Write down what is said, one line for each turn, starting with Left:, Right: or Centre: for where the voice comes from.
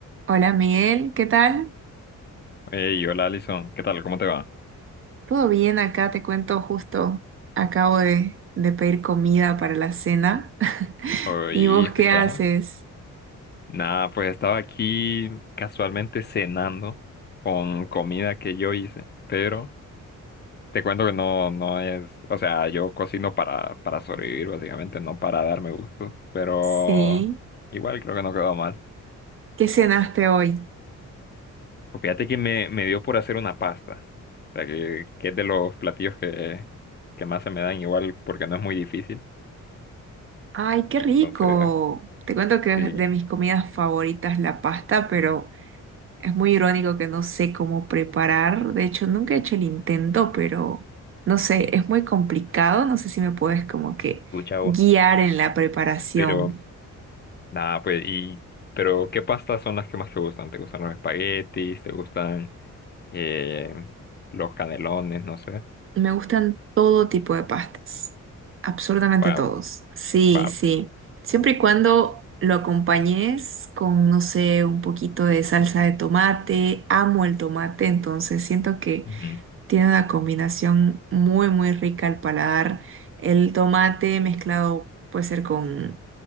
Right: Hola Miguel, ¿qué tal?
Left: Hey, hola Alison, ¿qué tal? ¿Cómo te va?
Right: ¿Todo bien acá? Te cuento justo, acabo de, de pedir comida para la cena. <laughs>
Left: Hoy,
Right: ¿Y vos
Left: escucha.
Right: qué haces?
Left: Nada, pues estaba aquí casualmente cenando con comida que yo hice, pero te cuento que no, no es, o sea, yo cocino para, para sobrevivir básicamente, no para darme gusto, pero
Right: Sí,
Left: igual creo que no quedó mal.
Right: ¿qué cenaste hoy?
Left: Pues fíjate que me, me dio por hacer una pasta, o sea, que, que es de los platillos que, que más se me dan igual porque no es muy difícil,
Right: ¡Ay, qué rico!
Left: entonces
Right: Te cuento que es
Left: sí,
Right: de mis comidas favoritas la pasta, pero es muy irónico que no sé cómo preparar. De hecho, nunca he hecho el intento, pero no sé, es muy complicado. No sé si me puedes como que
Left: escucha vos.
Right: guiar en la preparación.
Left: Pero Nada, pues, y, pero ¿qué pastas son las que más te gustan? ¿Te gustan los espaguetis? ¿Te gustan eh, los canelones? No sé.
Right: Me gustan todo tipo de pastas, absolutamente
Left: Va,
Right: todos. Sí,
Left: va.
Right: sí. Siempre y cuando lo acompañes con, no sé, un poquito de salsa de tomate. Amo el tomate, entonces siento que
Left: Ujú.
Right: tiene una combinación muy, muy rica al paladar. El tomate mezclado puede ser con,